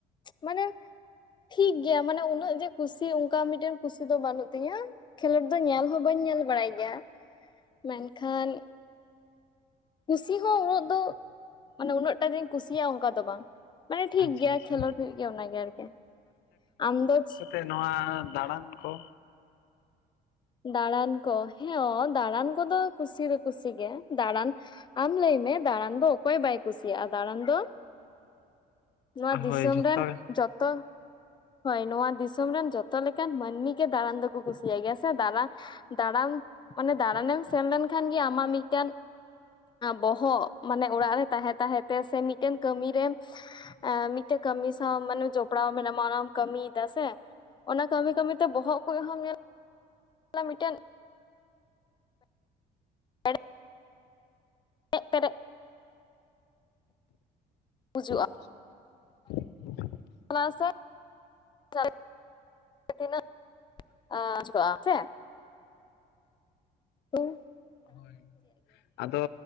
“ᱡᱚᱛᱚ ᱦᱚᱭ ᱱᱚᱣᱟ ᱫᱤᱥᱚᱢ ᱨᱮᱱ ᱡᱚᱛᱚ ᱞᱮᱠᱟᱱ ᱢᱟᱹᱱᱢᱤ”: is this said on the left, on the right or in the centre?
Left